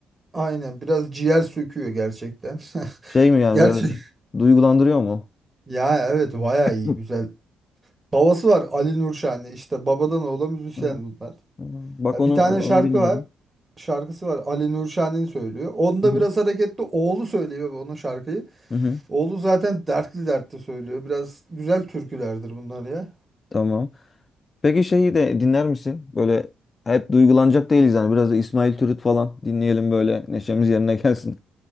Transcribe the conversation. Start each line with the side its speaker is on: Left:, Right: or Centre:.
Right: aynen biraz ciğer söküyor gerçekten. <laughs>
Left: Şey mi yani
Right: Gerçek.
Left: biraz duygulandırıyor mu?
Right: Ya evet bayağı iyi
Left: Hı.
Right: güzel. Babası var Ali Nurşani. İşte babadan oğula müzisyen
Left: Hı hı.
Right: bunlar.
Left: Bak
Right: Ya
Left: onu
Right: bir tane
Left: onu
Right: şarkı
Left: bilmiyordum.
Right: var. Şarkısı var. Ali Nurşani söylüyor. Onda
Left: Hı hı.
Right: biraz hareketli oğlu söylüyor onun şarkıyı.
Left: Hı hı.
Right: Oğlu zaten dertli dertli söylüyor. Biraz güzel türkülerdir bunlar ya.
Left: Tamam. Peki şeyi de dinler misin? Böyle hep duygulanacak değiliz yani. Biraz da İsmail Türüt falan dinleyelim böyle neşemiz yerine <laughs> gelsin.